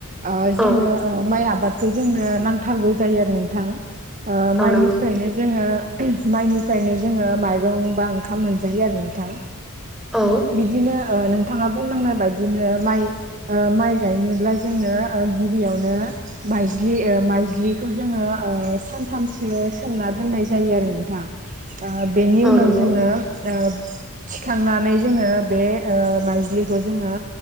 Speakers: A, on the right; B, in the centre.
A: आ जोंनो
B: औ
A: ओ माइ आबादखौ जोंनो नांथारगौ जायो आरो नोंथां, ओ
B: औ
A: माइनिफ्रायनो
B: नंगौ
A: जोङो माइनिफ्रायनो जोङो माइरं बा ओंखाम मोनजायो आरो नोंथां
B: औ
A: बिदिनो, ओ नोंथाङा बुंलांनाय बायदिनो माइ, ओ माइ जायनोब्ला जोङो गिबियावनो, माइज्लि ओ माइज्लिखौ जोंङो ओ सानथामसो सोमना दोननाय जायो आरो नोंथां। ओ बेनि
B: औ
A: उनाव
B: नंगौ
A: जोंङो ओ थिखांनानै जोङो बे ओ माइज्लिखौ जोङो।